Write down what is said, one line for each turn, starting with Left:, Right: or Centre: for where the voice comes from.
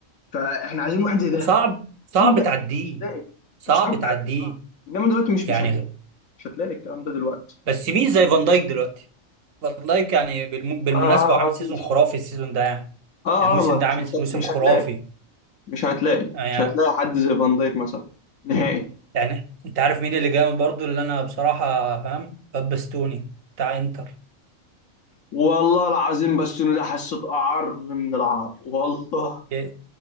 Left: فاحنا عايزين واحد زي ده
Right: وصعب صعب
Left: فين بقى
Right: تعديه
Left: مش هتلاقي
Right: صعب
Left: وصعب
Right: تعديه
Left: تعديه اه انما دلوقتي مش
Right: يعني
Left: مش هتلاقي مش هتلاقي الكلام ده دلوقتي
Right: بس مين زي فان دايك دلوقتي فان دايك يعني بالم... بالمناسبه
Left: اه اه
Right: هو عامل
Left: آه،
Right: سيزون
Left: مفيش
Right: خرافي السيزون ده يعني
Left: اه
Right: الموسم
Left: اه مفيش
Right: ده عامل
Left: مش هت-
Right: موسم
Left: مش
Right: خرافي
Left: هتلاقي مش هتلاقي
Right: يعني
Left: مش هتلاقي حد زي فان دايك مثلا نهائي
Right: يعني انت عارف مين اللي جامد برضو اللي انا بصراحة فاهم بابستوني بتاع انتر
Left: والله العظيم بس انه ده حسيته اعر من العار والله
Right: يا